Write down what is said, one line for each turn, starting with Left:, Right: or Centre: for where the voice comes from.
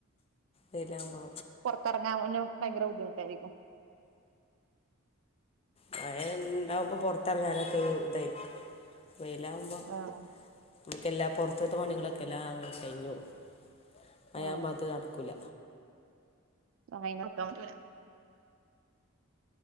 Left: വെയ്ലാവുമ്പോ
Right: പൊറത്തെറങ്ങാനും ഭയങ്കര ബുദ്ധിമുട്ടായിരിക്കും
Left: മയ ഇണ്ടാവുമ്പൊ പൊറത്തെറങ്ങാനൊക്കെ ഇതായിരിക്കും വെയില് ആവുമ്പോ
Right: ആഹ്
Left: നമുക്കെല്ലാ പൊറത്ത്ത്തെ പണികളൊക്കെ എല്ലാ അങ്ങനെ കയ്ഞ്ഞ് പോവും. മയാവുമ്പോ
Right: ആഹ്
Left: അത് നടക്കൂല.
Right: ആയ് നോക്കാൻ പറ്റൂല.